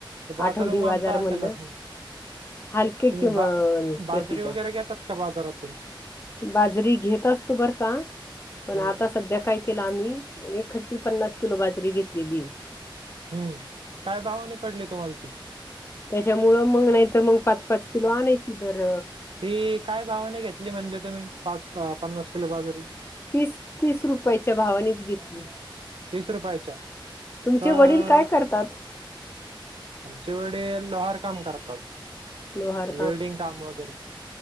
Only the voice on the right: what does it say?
तर
माल तर असेलच
ना
तुम्ही
बा
बाजरी
वगैरे घेतात का बाजारातून?
हम्म
हम्म, काय भावाने पडले तुमाला ती?
ती काय भावाने घेतली म्हणलं तुम्ही, पाच पन्नास किलो बाजरी?
तीस रुपयाच्या?
अ
आमचे वडिल लोहार काम करतात,
वेल्डिंग काम वगैरे.